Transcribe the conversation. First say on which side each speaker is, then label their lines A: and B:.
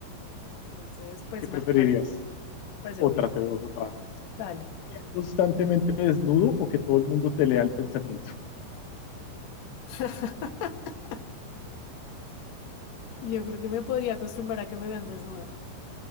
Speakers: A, on the left (about 65°); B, on the left (about 80°).
A: Entonces, pues
B: ¿Qué
A: me,
B: preferirías?
A: me pare- me parece
B: Otra,
A: obvio.
B: te veo otra.
A: Dale.
B: ¿Ir constantemente desnudo o que todo el mundo te lea el pensamiento?
A: <laughs> Yo creo que me podría acostumbrar a que me vean desnuda.